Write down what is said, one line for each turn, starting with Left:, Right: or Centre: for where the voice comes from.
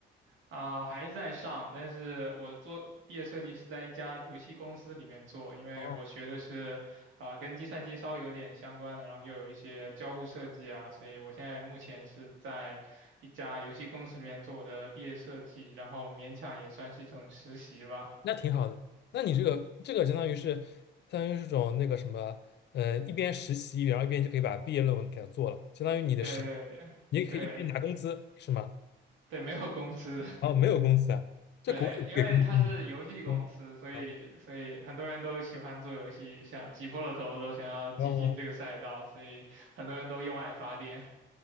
Right: 啊、还是在上，但是我做毕业设计是在一家游戏公司里面做，因为我学的是啊、
Left: 哦，
Right: 跟计算机稍微有点相关的，然后又有一些交互设计啊，所以我现在目前是在一家游戏公司里面做我的毕业设计，然后勉强也算是一种实习吧。
Left: 那挺好的。那你这个这个相当于是相当于是种那个什么，呃，一边实习，然后一边就可以把毕业论文给它做了，相当于你的实，
Right: 对对对对
Left: 你也可以一边拿工资，是吗？
Right: 对，没有工资的。
Left: 哦，没有工资啊，这国外给工资吗？
Right: 对，因为它是游戏公司，
Left: 嗯啊
Right: 所以所以很多人都喜欢做游戏，想挤破了头都想要挤进这个赛道，
Left: 哦
Right: 所以很多人都用爱发电。